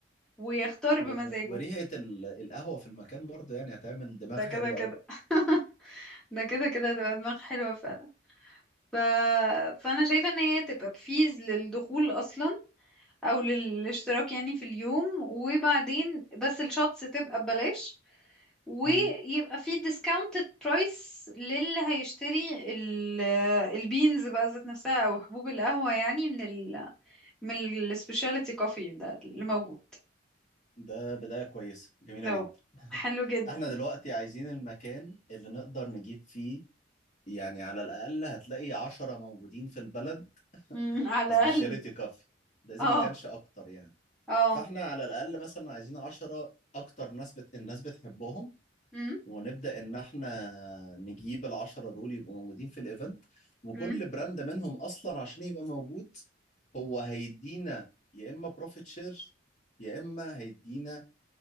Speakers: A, in the centre; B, on the left (about 40°).
A: ويختار
B: و...
A: بمزاجه
B: وريحة ال... القهوة في المكان برضه يعني هتعمل دماغ
A: ده كده
B: حلوة
A: كده
B: قوي
A: <laughs> ده كده كده هتبقى دماغ حلوة فعلا ف... فأنا شايفة إن هي تبقى بفيز للدخول أصلا أو للاشتراك يعني في اليوم وبعدين بس الشوتس تبقى ببلاش ويبقى
B: <laughs>
A: في discounted price للي هيشتري ال... البينز بقى ذات نفسها أو حبوب القهوة يعني من ال من ال specialty coffee ده اللي موجود
B: ده بداية كويسة جميلة
A: أهو
B: جدا <laughs>
A: حلو جدا
B: احنا دلوقتي عايزين المكان اللي نقدر نجيب فيه يعني على الأقل هتلاقي عشرة موجودين في البلد
A: <laughs> مم، على
B: سبيشاليتي
A: الأقل
B: كافي ده إذا
A: اه
B: ما كانش أكتر يعني
A: اه
B: فاحنا على الأقل مثلا عايزين عشرة أكتر ناس بت... الناس بتحبهم
A: مم،
B: ونبدأ إن احنا نجيب العشرة دول يبقوا موجودين في الإيفنت وكل
A: مم،
B: براند منهم أصلا عشان يبقى موجود هو هيدينا يا إما بروفيت شير يا إما هيدينا